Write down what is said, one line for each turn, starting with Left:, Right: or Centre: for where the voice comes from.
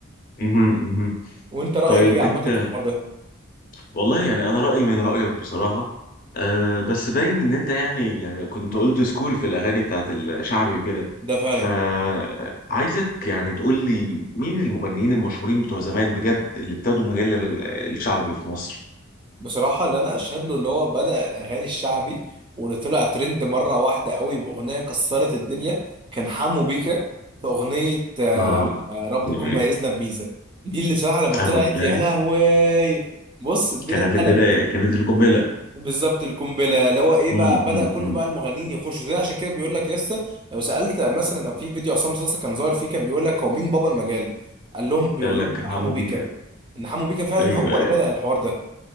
Left: مهم. مهم.
Right: وانت رايك
Left: طيب
Right: ايه عامه
Left: انت
Right: في الحوار ده
Left: والله يعني انا رايي من رايك بصراحه أه بس باين ان انت يعني يعني كنت اولد سكول في الاغاني بتاعت الشعبي وكده
Right: ده فعلا
Left: فعايزك يعني تقول لي مين المغنيين المشهورين بتوع زمان بجد اللي ابتدوا مجال ال- الشعبي في مصر
Right: بصراحه اللي انا اشهد له ان هو بدا الاغاني الشعبي واللي طلع ترند مره واحده قوي باغنيه كسرت الدنيا كان حمو بيكا في اغنيه آه،
Left: اه
Right: آه، رب
Left: يعني
Right: يكون ميزنا بميزه دي اللي بصراحه لما طلعت
Left: انا بداية-
Right: يا لهوي بص الدنيا
Left: كانت
Right: اتقلبت
Left: البدايه كانت القنبله
Right: بالظبط القنبله اللي هو ايه بقى
Left: امم
Right: بدا كله بقى المغنيين يخشوا زي عشان كده بيقول لك يسا لو سالت مثلا في فيديو عصام صاصا كان ظاهر فيه كان بيقول لك هو مين بابا المجال قال لهم بيقول
Left: قال لك
Right: لهم حمو
Left: حمو
Right: بيكا
Left: بيكا
Right: ان حمو بيكا فعلا
Left: ايوه
Right: هو اللي
Left: ايوه
Right: بدا الحوار ده